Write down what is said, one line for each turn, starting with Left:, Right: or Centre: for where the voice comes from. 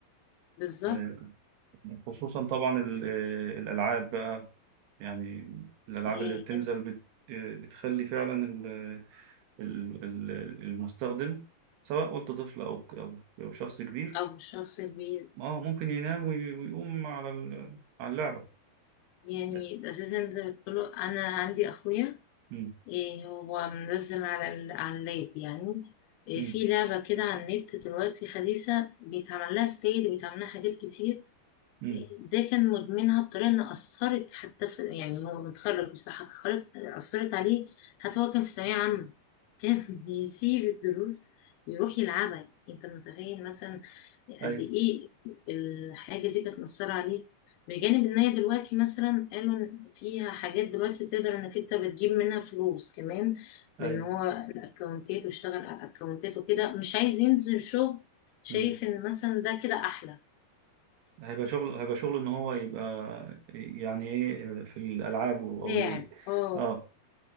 Left: بالظبط
Right: آه، خصوصا طبعا ال- آه، الألعاب بقى يعني الألعاب
Left: يعني
Right: اللي بتنزل
Left: أنت
Right: بت آه، بتخلي فعلا ال- ال- ال- المستخدم سواء قلت طفل أو أو أو شخص كبير
Left: أو شخص كبير
Right: اه ممكن ينام وي- ويقوم على ال- على اللعبة
Left: يعني
Right: ده
Left: أساسا ده كله أنا عندي أخويا
Right: مم.
Left: إيه هو منزل على ال- على اللاب يعني إيه
Right: مم.
Left: في لعبة كده على النت دلوقتي حديثة بيتعمل لها ستيل وبيتعمل لها حاجات كتير
Right: مم.
Left: ده كان مدمنها بطريقة إن أثرت حتى في يعني هو متخرج بصحة اتخرج أثرت عليه حتى هو كان في ثانوية عامة كان <laughs> يسيب الدروس ويروح يلعبها أنت متخيل مثلا
Right: ايوه
Left: قد إيه الحاجة دي كانت مأثرة عليه بجانب إن هي دلوقتي مثلا قالوا إن فيها حاجات دلوقتي تقدر إنك أنت بتجيب منها فلوس كمان بإن
Right: ايوه
Left: هو الأكونتات واشتغل على الأكونتات وكده مش عايز ينزل شغل شايف
Right: مم.
Left: إن مثلا ده كده أحلى
Right: هيبقى شغل هيبقى شغل ان هو يبقى يعني ايه في الالعاب او
Left: لاعب
Right: ي-
Left: اه
Right: اه